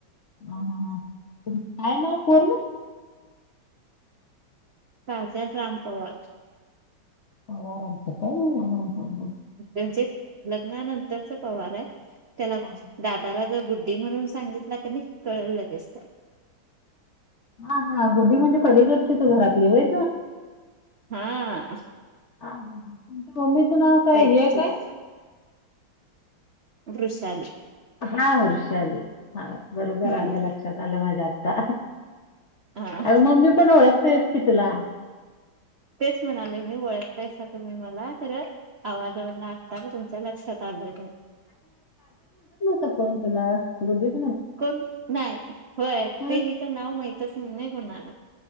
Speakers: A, on the left; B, on the right.
A: अ ह ह काय नाव पूर्ण
B: काझच राम पव
A: ह आराम करत हा हा हा
B: त्यां लग्नानंतरच पवार आहे त्याला
A: हा.
B: दादाला जर बुध म्हणून सांगितला क कळ लगेसत
A: हा हा गु्ी म्हणजे पलीकडची त घरातली होय
B: हा
A: अ मम्मी तचं नाव काय
B: साहित्यच
A: हे काय
B: दृश्यात
A: हा वर्षा आली हा बरोबर
B: हम्म
A: आलं लक्षात आलं माझ्या आत्ता
B: हा
A: अगं मम्मी पण ओळखतेयस की तुला
B: तेच म्हणाले मी वळखतायसा तुम्ही मला तरं आवाजवरन तुमच्या लक्षात आलोय.
A: त कोोतला गुद्दीी.
B: कोण नाही होय
A: हा
B: ते
A: हा
B: हि तर नाव माहितच नाही नाही कोणाला.